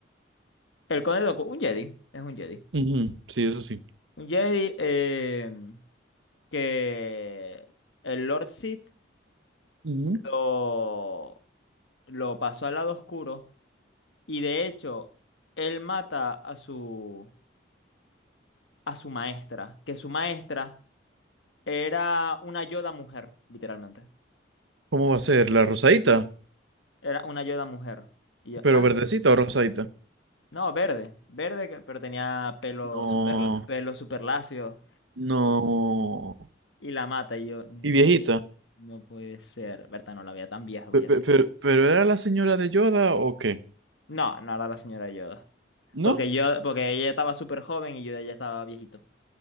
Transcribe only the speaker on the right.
Ujú, Sí, eso sí.
Ujú.
¿Cómo va a ser? ¿La rosadita?
¿Pero
verdecita o rosadita?
No,
No.
¿Y viejita?
pe-
pe- pero, ¿Pero era la señora de Yoda o qué?
¿No?